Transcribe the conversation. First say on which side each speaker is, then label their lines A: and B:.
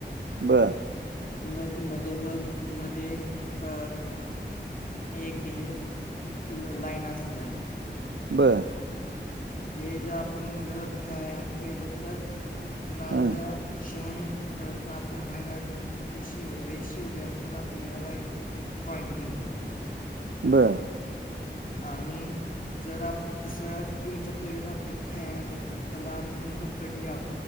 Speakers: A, on the right; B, on the left.
A: बरं
B: मद मधोमत मध्ये अ एक हिय ल लाईन असत्या.
A: बरं
B: ते ज आपण ज खेयात गेलो तर कुणाल
A: हां
B: जा हुन प्रयतन आपण बाहेर आल्यानंतर ते शी रे शीवल्यानंतर आपल्याला ए पॉईंट मिळत्या
A: बरं
B: आणि जर आप दुसऱ्या टीमचा प्लेयर आपल्यात खेळा आले तर त्याला आपण पकडल्यावर